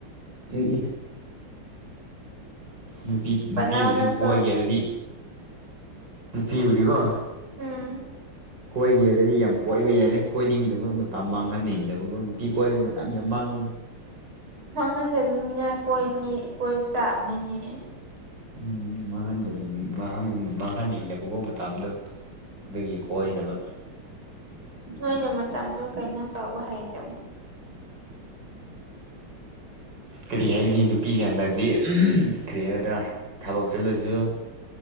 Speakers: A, on the right (about 55°); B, on the right (about 75°).
A: ꯏ- ꯢ ꯅꯨꯄꯤ-ꯅꯨꯄꯤꯕꯨꯗꯤ
B: ꯄꯥꯠꯅꯧ ꯅꯪꯁꯨ
A: ꯀꯣꯏꯒꯦꯔꯗꯤ ꯅꯨꯄꯤꯕꯨꯗꯤꯀꯣ
B: ꯎꯝ
A: ꯀꯣꯏꯒꯦꯔꯗꯤ ꯌꯥꯝ ꯀꯣꯏꯕ ꯌꯥꯔꯦ ꯀꯣꯏꯅꯤꯡꯗꯕ ꯃꯇꯝ ꯃꯥꯡꯍꯟꯅꯤꯡꯗꯕꯀꯣ꯫ ꯅꯨꯄꯤ ꯀꯣꯏꯔꯗꯤ ꯃꯇꯝ ꯌꯥꯝ ꯃꯥꯡꯉꯤ꯫
B: ꯃꯥꯡ ꯍꯟꯗꯅꯤꯡꯅꯤꯡꯉꯥꯏ ꯀꯣꯏꯅꯤ ꯀꯣꯏꯕ ꯇꯥꯕꯅꯤꯅꯦ꯫
A: ꯎꯝ ꯃꯥꯡꯍꯟꯗꯅ-ꯃꯥꯡꯍꯟꯅꯤꯡꯗꯕꯀꯣ ꯃꯇꯥꯝꯗꯣ꯫ ꯑꯗꯨꯒꯤ ꯀꯣꯏꯗꯕ
B: ꯅꯣꯏꯅ ꯃꯇꯝꯗꯣ ꯀꯩꯅꯣ ꯇꯧꯕ ꯍꯩꯇꯕꯅꯤ
A: ꯀꯔꯤ ꯍꯥꯏꯒꯅꯤ ꯅꯨꯄꯤꯁꯦ ꯍꯟꯗꯛꯇꯤ ꯀꯔꯤ ꯍꯥꯏꯒꯗ꯭ꯔꯥ ꯊꯕꯛ ꯆꯠꯂꯁꯨ